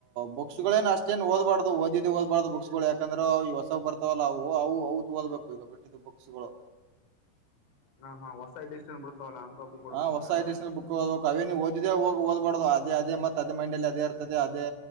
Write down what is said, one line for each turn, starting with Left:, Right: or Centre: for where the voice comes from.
Right: ಬುಕ್ಸ್ ಗಳನ್ನು ಅಷ್ಟೇನ್ ಓದಬಾರದು ಓದಿ ಓದಬಾರ್ದ ಬುಕ್ಸ್ ಗಳೆ ಯಾಕಂದ್ರೆ ಈ ಹೊಸ ಬರ್ತಾವಲ್ಲ ಅವು ಅವು ಓದ್ಬೇಕು ಈಗ ಬಿಟ್ಟಿದ್ದು ಬುಕ್ಸ್ಗಳು
Left: ಹ ಹಾ ಹೊಸಡಿಷ್ಟನ್ ಬಿಡ್ತವಲ್ಲ ಅಂತ ಬುಕ್ ಕೊಡ್ಬೇಕಂದ್ರ
Right: ಹಾ ಹೊಸ ಅಡಿಷನ್ ಬುಕ್ ಕ ಅವೇ ನೀ ಓದಿದ್ದೇ ಹೋಗ ಓದ್ಬಾರ್ದು ಅದೇ ಅದೇತ್ತ ಅದೇ ಮೈಂಡ ಅಲ್ಲಿ ಅದೇ ಇರ್ತದೆ ಅದೇ